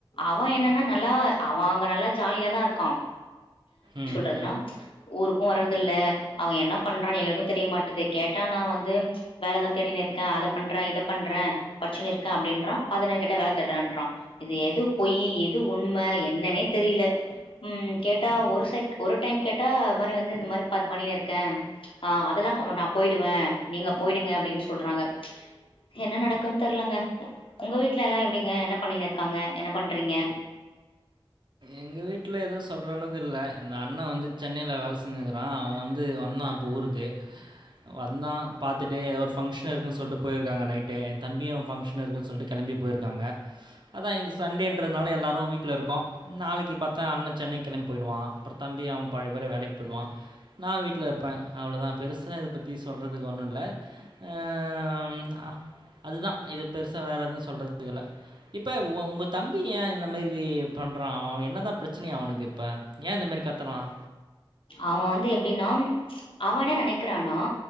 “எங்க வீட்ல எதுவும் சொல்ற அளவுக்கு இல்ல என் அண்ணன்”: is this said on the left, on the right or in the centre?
Right